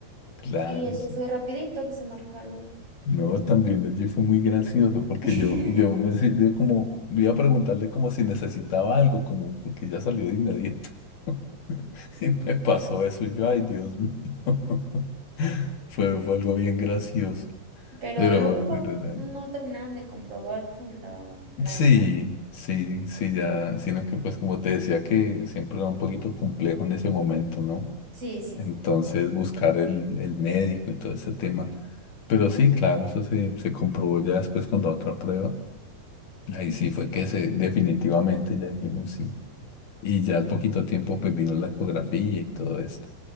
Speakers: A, on the left; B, on the right.
A: claro,
B: Y eso
A: sí.
B: fue rapidito que se marcaron.
A: No, también allí fue muy gracioso porque
B: <laughs>
A: yo, yo me se- yo como iba a preguntarle como si necesitaba algo, como porque ya salió de inmediato. <laughs> Y me pasó eso, y yo, ay, Dios mío. <laughs> Fue, fue algo bien gracioso.
B: Pero
A: Pero,
B: luego no,
A: pero, eh,
B: no terminaron de comprobar con la, la
A: sí,
B: de esa.
A: sí, sí, ya, sino que pues como te decía que siempre era un poquito complejo en ese momento, ¿no?
B: Sí, sí.
A: Entonces buscar el, el médico y todo ese tema. Pero sí, claro, eso se, se comprobó ya después con la otra prueba. Ahí sí fue que se, definitivamente ya dijimos sí. Y ya al poquito tiempo pues vino la ecografía y todo esto.